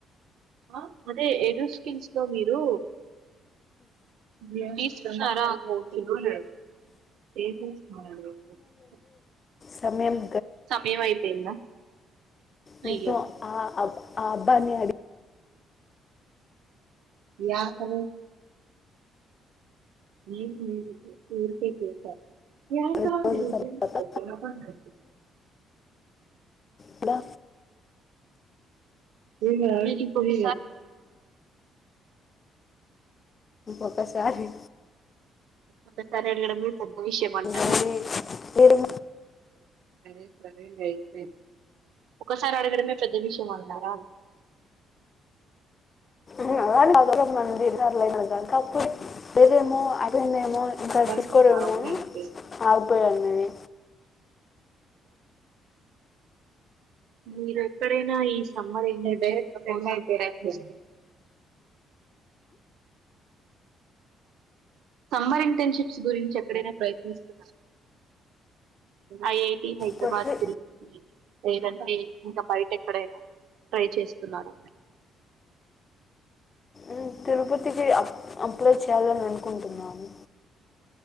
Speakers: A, on the right; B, on the left.
A: అ అదే ఎడూస్కిన్స్ లో మీరు <unintelligible>
B: సమయమ్
A: సమయం అయిపోయింద
B: నేను
A: అయ్యో
B: ఆ అబ్- ఆ అబ్బాని అడి
A: యాహు ఏం లేదు ఊరికే చేశా <unintelligible>
B: రెండు రోజుల తర్వాత హలో
A: వీళ్ళనడిగి పోని
B: ఒక్కసారీ
A: ఒక్కసారి అడగడమే పెద్ద విష్యం అంటారా
B: వేరే వేరే
A: సరే సరే లే అయిపో ఒక్కసారి అడగడమే పెద్ద విష్యం అన్నారా
B: నేనెవ్వరినడగనండి సర్లేనంకా తప్పు చేస్తదేమో అయిపోయిందేమో ఇంకా
A: వన్
B: తీసుకోరేమో
A: పావ్వింటే
B: అని ఆగిపోయాను నేను
A: మీరెక్కడైనా ఈ సమ్మర్ ఎండ డైరెక్ట్గా అయిపోయినట్టుంది సమ్మర్ ఇంటర్న్షిప్స్ గురించి ఎక్కడైనా ప్రయత్నిస్తున్నారా ఐ ఐ టి హైద్రాబాద్
B: ప్రొఫె
A: తిరుపతి లేదంటే ఇంకా బైటెక్కడైనా ట్రై చేస్తున్నారా
B: ఉ తిరుపతికి అప్ అప్లై చేయ్యాల్ననుకుంటున్నాను